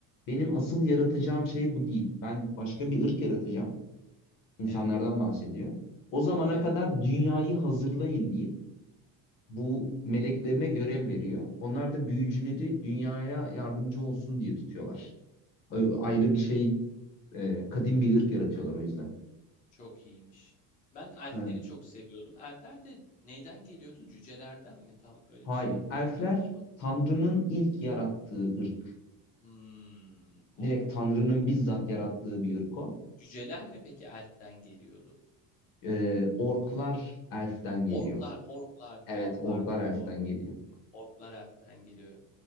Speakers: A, on the left; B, on the left.
A: benim asıl yaratacağım şey bu değil. Ben başka bir ırk yaratacağım. İnsanlardan
B: Evet,
A: bahsediyor. O zamana
B: evet.
A: kadar dünyayı hazırlayın deyip bu meleklerine görev veriyor. Onlar da büyücüleri dünyaya yardımcı olsun diye tutuyorlar. Ö- Ayrı
B: Çok
A: bir şey, e, kadim bir ırk yaratıyorlar o yüzden.
B: çok iyiymiş. Ben elfleri
A: Evet.
B: çok seviyordum. Elfler de neyden geliyordu? Cücelerden mi? Tam öyle
A: Hayır,
B: bir şey
A: elfler
B: yanlış mı hatırlıyorum?
A: Tanrı'nın ilk yarattığı ırk.
B: Hımm. Wow.
A: Direkt Tanrı'nın bizzat yarattığı bir ırk o.
B: Cüceler mi peki elften geliyordu?
A: E, orklar elften geliyor.
B: Orklar, orklar.
A: Evet,
B: Tamam,
A: orklar
B: pardon,
A: elften
B: doğru.
A: geliyor.
B: Orklar elften geliyor.